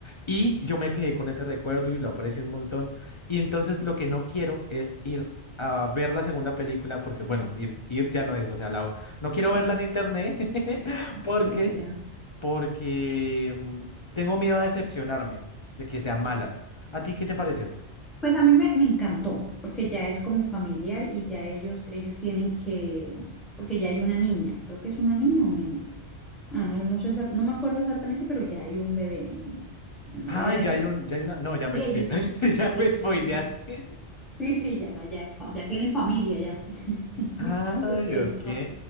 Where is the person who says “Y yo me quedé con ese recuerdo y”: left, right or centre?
Left